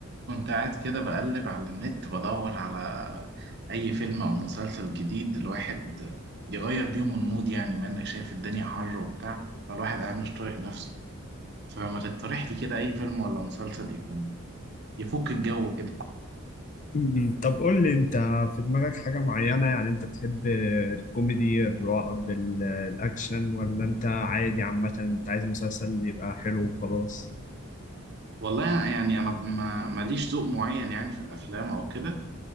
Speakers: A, on the right; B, on the left.
A: كنت قاعد كده بقلب على النت بدور على أي فيلم أو مسلسل جديد الواحد يغير بيهم المود يعني بما إنك شايف الدنيا حر وبتاع فالواحد قاعد مش طايق نفسه فما تقترح لي كده أي فيلم ولا مسلسل يكون يفك الجو كده
B: م- م. طب قول لي انت في دماغك حاجة معينة يعني انت بتحب الكوميدي الرعب ال- الاكشن ولا انت عادي عامة انت عايز مسلسل يبقى حلو وخلاص
A: والله يعني أنا ما ماليش ذوق معين يعني في الأفلام أو كده